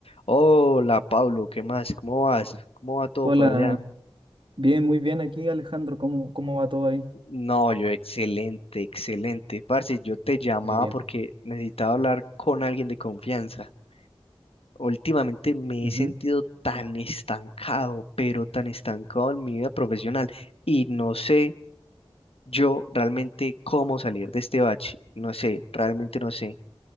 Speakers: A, on the left (about 70°); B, on the right (about 55°).
A: Hola Pablo, ¿qué más? ¿Cómo vas? ¿Cómo va todo
B: Hola,
A: por allá?
B: el- bien, muy bien aquí, Alejandro. ¿Cómo, cómo va todo ahí?
A: No, yo excelente, excelente. Parce, yo te llamaba
B: Muy bien.
A: porque necesitaba hablar con alguien de confianza. Últimamente me
B: Ujú.
A: he sentido tan estancado, pero tan estancado en mi vida profesional y no sé yo realmente cómo salir de este bache. No sé, realmente no sé,